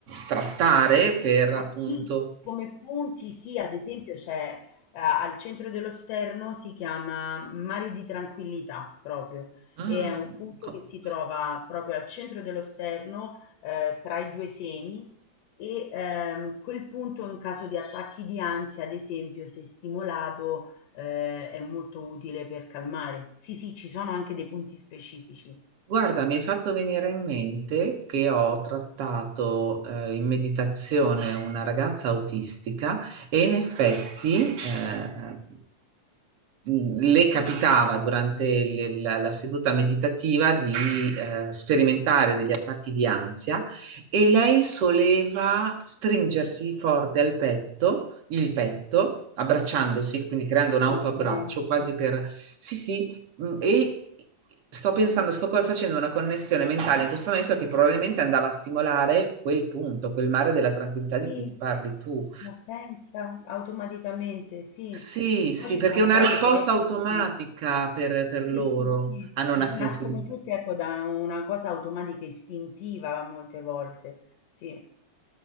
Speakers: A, on the right; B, on the left.
A: trattare per appunto.
B: Ah, sì, come punti, sì, ad esempio c'è eh, al centro dello Sterno si chiama Mare di Tranquillità proprio
A: Mm,
B: e è un punto
A: co-
B: che si trova proprio al centro dello Sterno eh, tra i due semi e ehm, quel punto in caso di attacchi di ansia, ad esempio, se stimolato eh, è molto utile per calmare. Sì, sì, ci sono anche dei punti specifici.
A: Guarda, mi hai fatto venire in mente che ho trattato eh, in meditazione una ragazza autistica e in effetti eh, mh, le capitava durante il- la, la seduta meditativa di eh, sperimentare degli attacchi di ansia e lei soleva stringersi forte al petto, il petto, abbracciandosi, quindi creando un autoabbraccio,
B: Ma pensa.
A: quasi per sì, sì Mm, E sto pensando, sto co- facendo una connessione mentale in questo momento che probabilmente andava a stimolare quel punto, quel mare della tranquillità di
B: Sì,
A: cui tu parli tu.
B: ma pensa, automaticamente, sì.
A: Sì, sì,
B: Poi ci
A: perché
B: sono
A: è una
B: varie
A: risposta
B: tecniche.
A: automatica per, per loro,
B: Sì, sì, sì,
A: hanno una
B: ma
A: sensibilità.
B: nascono tutte, ecco, da una cosa automatica, istintiva molte volte. Sì,